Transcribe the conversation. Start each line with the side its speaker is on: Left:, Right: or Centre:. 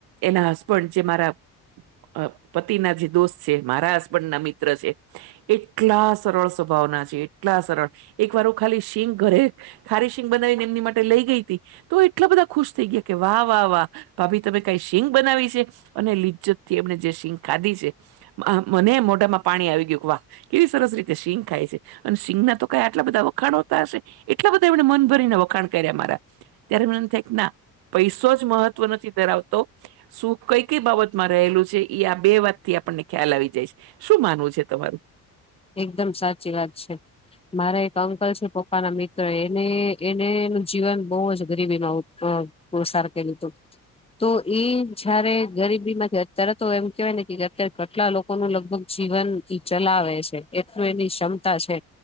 Right: એના હસબન્ડ જે મારા અ પતિ ના જે દોસ્ત છે મારા હસબન્ડ ના મિત્ર છે. એટલા સરળ સ્વભાવના છે એટલા સરળ એક વાર હુ ખાલી સીગ ઘરે. ખારીશિંગ બનાવીને એમની માટે લઈ ગઈ હતી તો એટલા બધા ખુશ થઈ ગયા કે વાહ વાહ વાહ. ભાભી તમે કઈ સીગ બનાવી છે અને લિજ્જત થી એમને જે સીગ ખાધી છે. મ મને મોઢામાં પાણી આવી ગયું કે વાહ કેવી સરસ રીતે શિંગ ખાય છે અને શિંગ ના તો કાઈ. એટલા બધા વખાણોતા હશે એટલા બધા એમને મન ભરીને વખાણ કર્યા મારા ત્યારે મને એમ થાય કે ના. પૈસો જ મહત્વ નથી ધરાવતો શું કઈ કઈ બાબતમાં રહેલું છે એ આ બે વાત થી આપણને ખ્યાલ આવી જાય છે. શું માનવું છે તમારું
Left: એકદમ સાચી વાત છે. મારા એક અંકલ છે પપ્પા ના મિત્ર એને એને એનું જીવન બહુ જ ગરીબીમાં. પ્રોશાર કર્યુ તુ. તો એ જારે ગરીબી માંથી અત્યારે તો એમ કેવાય ને કે અત્યારે કેટલા લોક લોકો નુ લગભગ જીવન ઈ ચલાવે છે એટલું એની ક્ષમતા છે